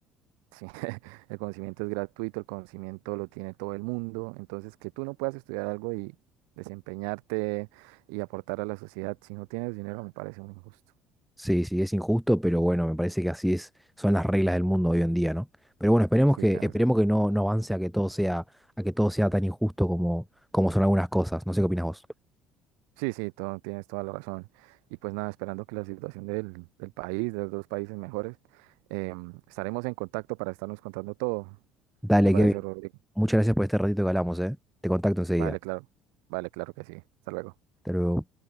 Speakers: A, on the right; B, in the centre.
A: sí, <laughs> el conocimiento es gratuito, el conocimiento lo tiene todo el mundo. Entonces, que tú no puedas estudiar algo y desempeñarte y aportar a la sociedad si no tienes dinero me parece muy injusto.
B: Sí, sí, es injusto, pero bueno, me parece que así es, son las reglas del mundo hoy en día, ¿no? Pero bueno, esperemos
A: Sí,
B: que,
A: tienes
B: esperemos
A: razón.
B: que no, no avance a que todo sea, a que todo sea tan injusto como, como son algunas cosas. No sé qué opinas vos.
A: Sí, sí, todo, tienes toda la razón. Y pues nada, esperando que la situación del, del país, de los dos países mejores, em, estaremos en contacto para estarnos contando todo.
B: Dale,
A: ¿Qué te parece,
B: Kevin.
A: Rodrigo?
B: Muchas gracias por este ratito que hablamos, ¿eh? Te contacto enseguida.
A: Vale, claro. Vale, claro que sí. Hasta luego.
B: Hasta luego.